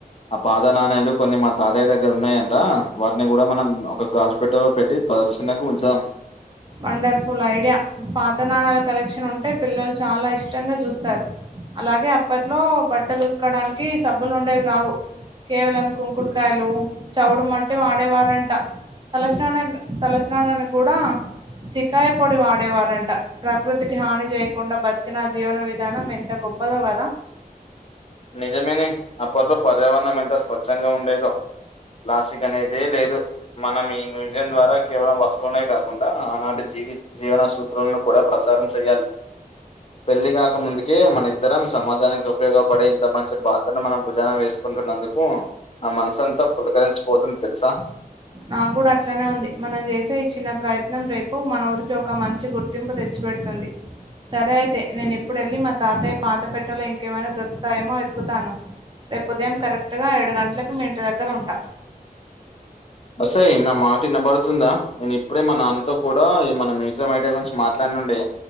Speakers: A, on the left (about 40°); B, on the right (about 30°).
A: అ పాత నాణేలు కొన్ని మా తాతయ్య దగ్గర ఉన్నాయంట వాటిని కూడా మనం ఒక గాజుపెట్టెలో పెట్టీ ప్రదర్శనకు ఉంచాం
B: వండర్ఫుల్ ఐడియా పాత నాణాల కలెక్షన్ ఉంటే పిల్లలు చాలా ఇష్టంగా చూస్తారు అలాగే అప్పట్లో బట్టలు ఉత్కడానికి సబ్బులు ఉండేవి కావు కేవలం కుంకుడుకాయలు చెవుడు మట్టి వాడేవారంట తలస్నాన తలస్నానానికి కూడా సీకాయ పొడి వాడేవారంట ప్రకృతికి హాని చేయకుండా బతికిన జీవన విధానం ఎంత గొప్పదో కదా
A: నిజమేనే అప్పట్లో పర్యావణం ఎంత స్వచ్ఛంగా ఉండేదో ప్లాస్టిక్ అనేదే లేదు మనం ఈ మ్యూజియం ద్వారా కేవలం వస్తువునే కాకుండా ఆనాటి జీవి జీవన సూత్రలను కూడా ప్రచారం చెయ్యాలి పెళ్లి గాక ముందుకె మన ఇద్దరం సమాజానికి ఉపయోగపడే మంచి బాధ్యతను మనం భుజాన వేసుకుంటున్నందుకు నా మనసుంతా పులకరించిపోతుంది తెలుసా
B: నాగుడా అట్లనే ఉంది మనం చేసే ఈ చిన్న ప్రయత్నం రేపు మన ఊరికి ఒక మంచి గుర్ తింపు తెచ్చిపెడుతుంది సరె అయి తే నేను ఇప్పుడు వెళ్ళి మా తాతయ్య పాత పెట్టలో ఇంకేమైనా దొరుతాయేమో వెతుకుతాను రేపు ఉదయం కరెక్ట్గా ఏడు గంటలకి మీ ఇంటి దగ్గర ఉంట
A: ఒసేయ్ నా మాట వినబడుతుందా నేను ఇప్పుడే మా నాన్నతో కూ డా ఈ మన మ్యూజియం ఐడియ గురించి మాట్లాడి నుండే